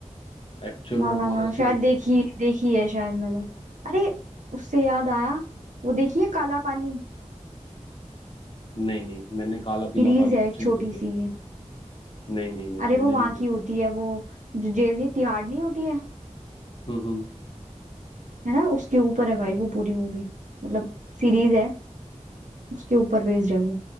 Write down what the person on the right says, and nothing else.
ना
ना
ना शायद
देखी देखी है शायद मैंने अरे उससे याद आया वो देखिए काला पानी
सीरीज
है
एक छोटी
सी ये
अरे वो वहां
की होती है वो जो जेल नहीं तिहाड़ नहीं होती है
है ना उसके ऊपर है भाई वो पूरी मूवी मतलब सीरीज है उसके ऊपर बेस्ड है वो